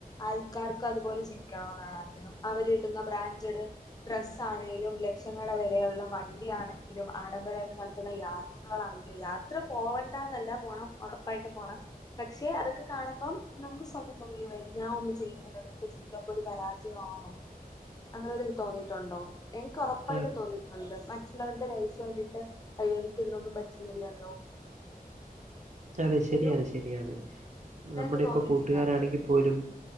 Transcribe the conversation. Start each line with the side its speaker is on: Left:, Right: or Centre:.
Left: ആൾക്കാർക്ക് അതുപോലെ ജീവിക്കണന്നാണ് ആഗ്രഹം അവര് ഇടുന്ന ബ്രാന്റെഡ് ഡ്രസ്സ്‌ എന്താണെങ്കിലും ലക്ഷങ്ങളെ വിലയുള്ള വണ്ടിയാണെങ്കിലും ആഡംബരായിട്ട് നടത്തുന്ന യാത്ര <unintelligible> യാത്ര പോകണ്ടാന്നല്ല പോണം ഉറപ്പായിട്ടും പോണം പക്ഷെ അതൊക്കെ കാണുമ്പം നമുക്ക് സ്വന്തം തോന്നു യ്യോ ഞാൻ ഒന്നും ചെയ്യുന്നില്ലല്ലോ ഇതൊക്കൊരു പരാജ്യയാ ണോ അങ്ങനെ ഇൻക്ക് തോന്നിയിട്ടുണ്ടോ എനിക്ക് ഉറപ്പായിട്ടും
Right: ആ
Left: തോന്നിയിട്ടുണ്ട് മറ്റുള്ളവരുടെ ലൈഫ് കണ്ടിട്ട് അയ്യോ എനിക്ക് ഇതിനൊന്നും പറ്റുന്നില്ലല്ലോ
Right: അതെ
Left: ഇതൊരു
Right: ശരിയാണ് ശരിയാണ് നമ്മുടെ
Left: നിനക്ക് തോന്നിയിട്ടില്ലേ
Right: ഇപ്പൊ കൂട്ടുകാരാണെങ്കിൽ
Left: അങ്ങനെ?
Right: പോലും